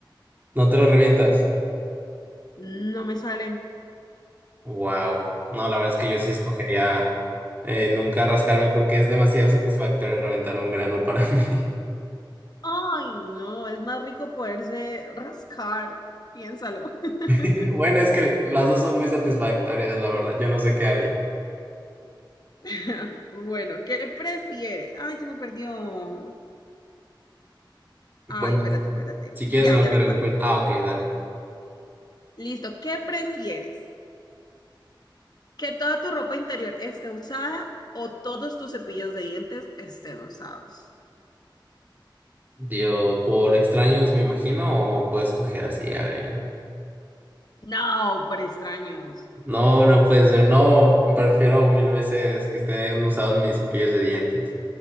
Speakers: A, on the right (about 25°); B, on the left (about 55°).
A: ¿no te lo revientas?
B: No me salen.
A: Wow. No, la verdad es que yo sí escogería eh, nunca rascarme porque es demasiado satisfactorio reventar un grano para mí.
B: Ay, no, es más rico poderse rascar. Piénsalo. <laughs>
A: <laughs> Bueno, es que las dos son muy satisfactorias, la verdad. Yo no sé qué haría.
B: <laughs> Bueno, ¿qué prefieres? Ay, se me perdió. Ay,
A: Bueno,
B: espérate, espérate.
A: si quieres
B: Ya,
A: en
B: ya
A: lo que
B: te
A: lo encuentro.
B: cuento.
A: Ah, ok, dale.
B: Listo, ¿qué prefieres? ¿Que toda tu ropa interior esté usada o todos tus cepillos de dientes estén usados?
A: Yo, por extraños, me imagino, o puedes coger así a alguien.
B: No, por extraños.
A: No, no puede ser. No, prefiero mil veces que estén usados mis cepillos de dientes.